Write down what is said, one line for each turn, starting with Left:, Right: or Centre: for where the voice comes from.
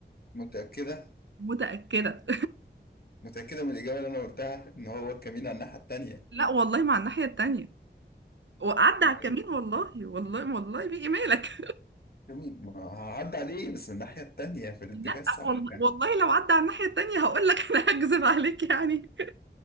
Left: متأكدة
Right: متأكدة
Left: متأكدة من الإجابة اللي أنا قلتها إن هو الكمين على الناحية التانية
Right: <laughs> لا والله مع الناحية التانية وعدى
Left: ما
Right: على الكمين والله
Left: إيه
Right: والله والله بيجي مالك
Left: الكمين ما هعدي عليه بس من الناحية التانية
Right: <laughs>
Left: في الاتجاه
Right: لا
Left: الصح
Right: والله
Left: يعني
Right: والله لو عدى على الناحية التانية هقول لك انا هكذب عليك يعني